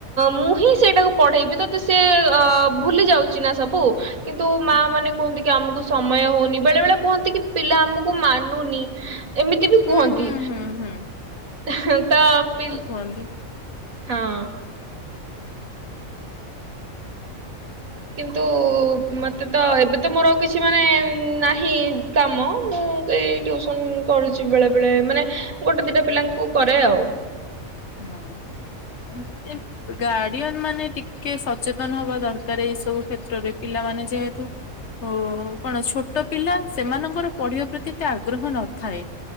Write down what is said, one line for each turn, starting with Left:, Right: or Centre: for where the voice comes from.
Right: ମୁଁ ହିଁ ସେଇଟାକୁ ପଢେଇବି, ତତେ ସେ ଅ ଭୁଲି ଯାଉଚି ନା ସବୁ କିନ୍ତୁ, ମା
Left: ହୁଁ
Right: ମାନେ କୁହନ୍ତି କି ଆମକୁ ସମୟ ହୋଉନି, ବେଳେ ବେଳେ କୁହନ୍ତି କି, ପିଲା ଆମକୁ ମାନୁନି। ଏମିତି ବି
Left: ହୁଁ
Right: କୁହନ୍ତି।
Left: ହୁଁ ହୁଁ
Right: ହେଁ ତ ପି
Left: କଣ?
Right: ହଁ। କିନ୍ତୁ, ମତ୍ ତ ଏବେ ତ ମୋର କିଛି ମାନେ ନାହିଁ କାମ, ମୁଁଏଇ ଟିଉସନ୍ କରୁଛି ବେଳେ ବେଳେ, ମାନେ ଗୋଟେ ଦିଟା ପିଲାଙ୍କୁ କରେ ଆଉ
Left: ହଁ <inaudible> ଗାର୍ଡିଆନ୍ ମାନେ ଟିକିଏ ସଚେତନ ହବା ଦରକାର, ଏଇ ସବୁ କ୍ଷେତ୍ରରେ, ପିଲାମାନେ ଯେହେତୁ ହଉ ହଉ କଣ ଛୋଟ ପିଲା, ସେମାନଙ୍କର ପଢିବା ପ୍ରତି ଏତେ ଆଗ୍ରହ ନଥାଏ।